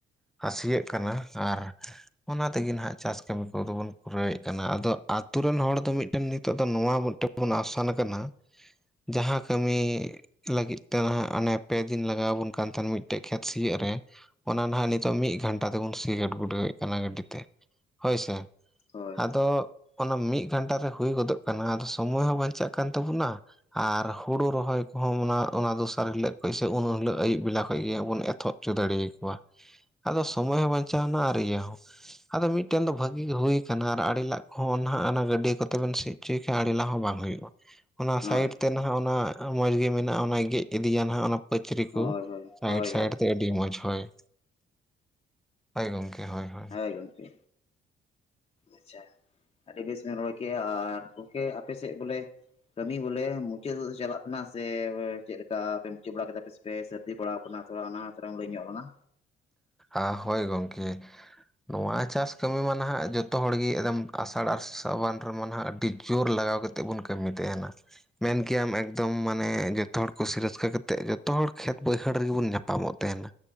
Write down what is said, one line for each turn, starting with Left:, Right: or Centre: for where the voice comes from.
Centre: ᱟ ᱥᱤᱭᱮᱜ ᱠᱟᱱᱟ ᱟᱨ ᱚᱱᱟ ᱛᱮᱜᱮ ᱱᱟᱦᱟᱜ ᱪᱟᱥ ᱠᱟᱢᱤ ᱠᱚ ᱫᱚ ᱵᱚᱱ ᱯᱩᱨᱟᱹᱣᱮᱜ ᱠᱟᱱᱟ᱾ ᱟᱫᱚ ᱟᱛᱩ ᱨᱮᱱ ᱦᱚᱲ ᱫᱚ ᱢᱤᱜᱴᱮᱱ ᱱᱤᱛᱚᱜ ᱫᱚ ᱱᱚᱣᱟ ᱢᱤᱴ ᱵᱚᱱ ᱟᱣᱥᱟᱱ ᱠᱟᱱᱟ ᱡᱟᱦᱟᱸ ᱠᱟᱢᱤ ᱞᱟᱹᱜᱤᱫ ᱛᱮ ᱱᱟᱦᱟᱜ ᱟᱱᱮ ᱯᱮ ᱫᱤᱱ ᱞᱟᱜᱟᱣ ᱵᱚᱱ ᱠᱟᱱ ᱛᱷᱮᱱ ᱢᱤᱜᱴᱮᱜ ᱠᱷᱮᱛ ᱥᱤᱭᱮᱜ ᱨᱮ᱾ ᱚᱱᱟ ᱱᱟᱦᱟᱜ ᱱᱤᱛᱚᱜ ᱢᱤᱜ ᱜᱷᱟᱱᱴᱟ ᱛᱮᱵᱚᱱ ᱥᱤ ᱜᱟᱴ-ᱜᱩᱰᱟᱹᱣᱮᱜ ᱠᱟᱱᱟ, ᱜᱟᱹᱰᱤ ᱛᱮ ᱦᱳᱭᱥᱮ᱾
Left: ᱦᱳᱭ
Centre: ᱟᱫᱚ ᱚᱱᱟ ᱢᱤᱫ ᱜᱷᱟᱱᱴᱟ ᱨᱮᱦ ᱦᱩᱭ ᱜᱚᱫᱚᱜ ᱠᱟᱱᱟ, ᱟᱫᱚ ᱥᱚᱢᱚᱭ ᱦᱚᱸ ᱵᱟᱧᱪᱟᱜ ᱠᱟᱱ ᱛᱟᱵᱚᱱᱟ ᱟᱨ ᱦᱩᱲᱩ ᱨᱚᱦᱚᱭ ᱠᱚᱦᱚᱸ ᱢᱚᱱᱟ ᱚᱱᱟ ᱫᱚᱥ- -ᱟᱨ ᱦᱤᱞᱟᱹᱜ ᱠᱷᱚᱡ ᱥᱮ ᱩᱱ ᱦᱤᱞᱟᱹᱜ ᱟᱭᱩᱵ ᱵᱮᱞᱟ ᱠᱷᱚᱡ ᱜᱮᱭᱟᱵᱚᱱ ᱮᱛᱷᱚᱵ ᱪᱚ ᱫᱟᱲᱮᱭ ᱠᱚᱣᱟ᱾ ᱟᱫᱚ ᱥᱚᱢᱚ ᱭᱚᱸ ᱵᱟᱧᱪᱟᱣ ᱱᱟ ᱟᱨ ᱤᱭᱟᱹ ᱦᱚᱸ᱾ ᱟᱫᱚ ᱢᱤᱜᱴᱮᱱ ᱫᱚ ᱵᱷᱟᱜᱤ ᱜᱮ ᱦᱩᱭ ᱠᱟᱱᱦᱟ ᱟᱨ ᱟᱲᱮ ᱞᱟᱜ ᱠᱷᱚᱸ ᱱᱟᱦᱟᱸᱜ ᱟᱱᱟ ᱜᱟᱹᱰᱤ ᱠᱚᱛᱮ ᱵᱮᱱ ᱥᱤ ᱪᱚᱭ ᱠᱷᱟ ᱟᱲᱤ ᱞᱟ ᱦᱚᱸ ᱵᱟᱝ ᱦᱩᱭᱩᱜᱼᱟ᱾ ᱚᱱᱟ
Left: ᱦᱳᱭ
Centre: ᱥᱟᱭᱤᱰ ᱛᱮ ᱱᱟᱦᱟᱜ, ᱚᱱᱟ ᱟᱸ ᱢᱚᱸᱡᱽ ᱜᱮ ᱢᱤᱱᱟᱜᱼᱟ, ᱚᱱᱟᱭ ᱜᱮᱜ ᱜᱤᱰᱤᱭᱟ ᱱᱟᱦᱟᱜ ᱚᱱᱟ ᱯᱟᱹᱪᱨᱤ ᱠᱩ
Left: ᱦᱳᱭ ᱦᱳᱭ
Centre: ᱥᱟᱭᱤᱴ-ᱥᱟᱭᱤᱴ
Left: ᱦᱳᱭ ᱦᱳᱭ
Centre: ᱛᱮ ᱰᱤ ᱢᱚᱡᱽ ᱦᱚᱭ᱾ ᱦᱚᱭ ᱜᱚᱝᱠᱮ, ᱦᱚᱭ-ᱦᱚ
Left: ᱦᱚᱭ ᱜᱚᱝᱠᱮ, ᱟᱪᱷᱟ᱾ ᱟᱰᱤ ᱵᱮᱥ ᱵᱮᱸ ᱨᱚᱲ ᱠᱮ ᱟᱨ ᱜᱚᱝᱠᱮ, ᱟᱯᱮ ᱥᱮᱜ ᱵᱚᱞᱮ ᱠᱟᱹᱢᱤ ᱵᱚᱞᱮ ᱢᱩᱪᱟᱹ ᱣᱮᱜ ᱪᱟᱞᱟᱜ ᱠᱟᱱᱟ ᱥᱮ ᱣᱮ ᱪᱮᱜ ᱞᱮᱠᱟ ᱯᱮ ᱢᱩᱪᱟᱹᱜ ᱵᱟᱲᱟ ᱠᱮᱫᱟ ᱯᱮᱥᱮ? ᱯᱮ ᱥᱟᱹᱨᱫᱤ ᱵᱟᱲᱟᱣ ᱠᱟᱱᱟ, ᱛᱷᱩᱲᱟ ᱟᱱᱟ ᱛᱟᱨᱟᱢ ᱞᱟᱹᱭ ᱧᱚᱜ ᱞᱟᱝᱟ?
Centre: ᱟ ᱦᱳᱭ ᱜᱚᱝᱠᱮ᱾ ᱱᱚᱣᱟ ᱪᱟᱥ ᱠᱟᱹᱢᱤ ᱢᱟ ᱱᱟᱦᱟᱜ ᱡᱚᱛᱚ ᱦᱚᱲ ᱜᱮ ᱮᱫᱚᱢ ᱟᱥᱟᱲ ᱟ ᱥᱨᱟᱵᱟᱱ ᱨᱮᱢᱟ ᱱᱟᱦᱟᱜ ᱟᱹᱰᱤ ᱡᱳᱨ ᱞᱟᱜᱟᱣ ᱠᱟ ᱛᱮ ᱵᱚᱱ ᱠᱟᱹᱢᱤ ᱛᱮᱦᱮᱸᱱᱟ᱾ ᱢᱮᱱ ᱠᱮᱭᱟᱢ ᱮᱠᱫᱚᱢ ᱢᱟᱱᱮ ᱡᱚᱛᱚ ᱦᱚᱲ ᱠᱩᱥᱤ ᱨᱟᱹᱥᱠᱟᱹ ᱠᱟᱛᱮᱜ ᱡᱚᱛᱚ ᱦᱚᱲ ᱠᱷᱮᱛ ᱵᱟᱹᱭᱦᱟᱹᱲ ᱨᱮᱜᱮ ᱵᱚᱱ ᱧᱟᱯᱟᱢᱚᱜ᱾ ᱛᱮᱦᱮᱸᱱᱟ